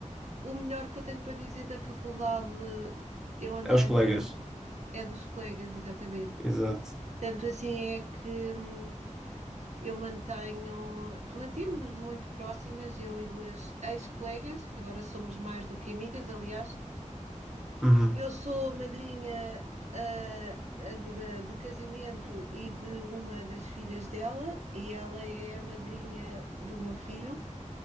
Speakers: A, on the right; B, in the centre.
A: o melhor que eu tenho para dizer da faculdade eu andei
B: Aos colegas.
A: na é dos colegas, exatamente.
B: Exato.
A: Tanto assim é que hum, eu mantenho, mantivemos muito próximas, eu e duas ex-colegas, que agora somos mais do que amigas, aliás.
B: Uhum,
A: Eu sou madrinha ah, ah, de, de- de casamento e de uma das filhas dela, e ela é a madrinha do meu filho.